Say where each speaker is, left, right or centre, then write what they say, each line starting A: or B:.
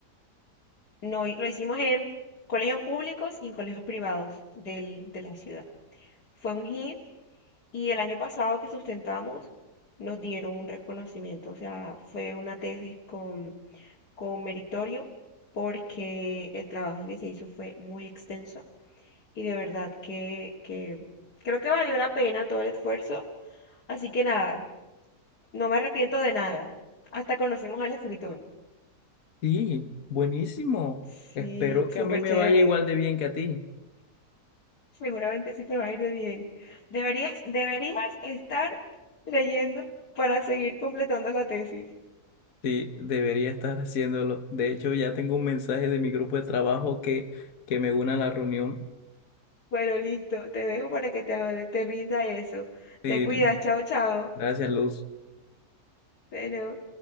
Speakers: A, on the left; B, on the left.
A: no, lo hicimos en colegios públicos y en colegios privados del- de la ciudad. Fue un hit Y el año pasado que sustentamos, nos dieron un reconocimiento, o sea, fue una tesis con, con meritorio porque el trabajo que se hizo fue muy extenso y de verdad que, que creo que valió la pena todo el esfuerzo. Así que nada, no me arrepiento de nada. Hasta conocimos al escritor.
B: Sí, buenísimo.
A: Sí,
B: Espero
A: súper
B: que a mí me
A: chévere.
B: vaya igual de bien que a ti.
A: Seguramente sí te va a ir de bien. Deberías, deberías estar leyendo para seguir completando la tesis.
B: Sí, debería estar haciéndolo. De hecho, ya tengo un mensaje de mi grupo de trabajo que, que me une a la reunión.
A: Bueno, listo, te dejo para que te, te rinda eso.
B: Sí,
A: Te cuidas, chao, chao.
B: gracias, Luz.
A: Bueno.